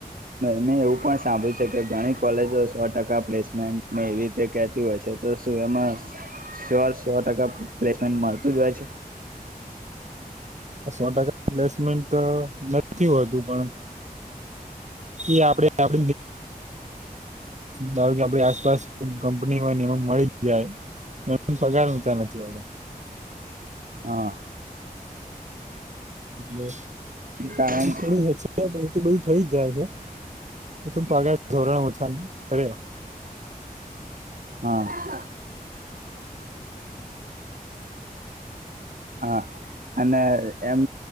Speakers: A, on the right; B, on the right.
A: નય. એ એવું પણ સાંભળ્યું છે કે ઘણી કોલેજો સો ટકા પ્લેસમેન્ટ એવી રીતે કેતી હોય છે તો શું એમાં શ્યોર સો ટકા પ્લેસમેન્ટ મળતું જ હોય છે.
B: સો ટકા પ્લેસમેન્ટ તો નથી હોતું પણ એ આપડે આપ ધારો કે આપડી આસપાસ કંપની હોય ને એમાં મળી જાય એ પગાર ઊંચા નથી હોતા.
A: હા.
B: એટલે.
A: કારણ
B: હ
A: કે
B: <inaudible> છે. ઈ‌ બધું થઈ જ જાય છે પગાર ધોરણ ઓછા કરે.
A: હા. હા અને એ એમ